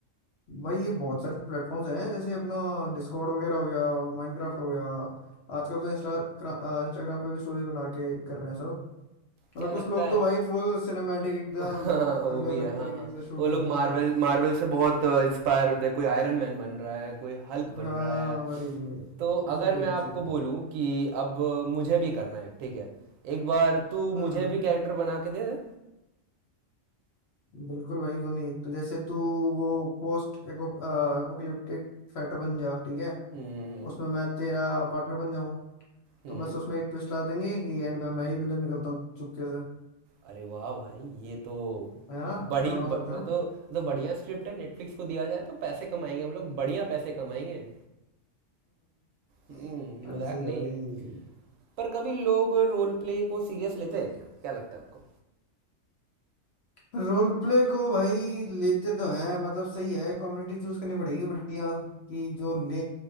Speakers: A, on the left; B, on the right.
A: भाई ये बहुत सारे प्लेटफॉर्म्स हैं जैसे अपना डिस्कॉर्ड वगैरह हो गया माइनक्राफ्ट हो गया आजकल तो इंस्टा इंस्टाग्राम पे भी स्टोरीज बना के कर रहे हैं सब
B: क्या
A: मतलब कुछ
B: लगता
A: लोग
B: है
A: तो भाई फुल सिनेमैटिक एकदम
B: हाँ वो
A: अलग
B: भी
A: अलग
B: है हाँ
A: तरीके
B: हाँ
A: से शूट
B: वो लोग
A: करते
B: मार्वल
A: हैं
B: मार्वल से बहुत इंस्पायर होते हैं कोई आयरन मैन बन रहा है कोई हल्क
A: हाँ
B: बन रहा है
A: भाई भाई,
B: तो
A: उसी
B: अगर
A: टाइप
B: मैं आपको
A: की चीज़ है
B: बोलूं कि अब मुझे भी करना है ठीक है एक बार तू
A: हम्म
B: मुझे भी कैरेक्टर बना के दे दे
A: बिल्कुल भाई क्यों नहीं तो जैसे तू वो पोस्ट एपोकलिप्टिक फाइटर बन जा ठीक है
B: हम्म
A: उसमें मैं तेरा पार्टनर बन जाऊं
B: हम्म
A: तो बस उसमें एक ट्विस्ट ला देंगे कि एंड में मैं ही विलन निकलता हूँ चुपके से
B: अरे वाह भाई ये तो
A: है ना
B: बड़ी
A: तगड़ा
B: ब,
A: हो सकता
B: वो
A: है ना
B: तो वो तो बढ़िया स्क्रिप्ट है नेटफ्लिक्स को दिया जाए तो पैसे कमाएंगे हम लोग बढ़िया पैसे कमाएंगे हम्म
A: <laughs>
B: मजाक
A: ऐसे ही
B: नहीं
A: है भाई
B: पर कभी लोग रोल प्ले को सीरियस लेते हैं क्या क्या लगता है आपको
A: रोल प्ले को भाई लेते तो हैं मतलब सही है कम्युनिटी चूज करनी पड़ेगी बढ़िया कि जो लें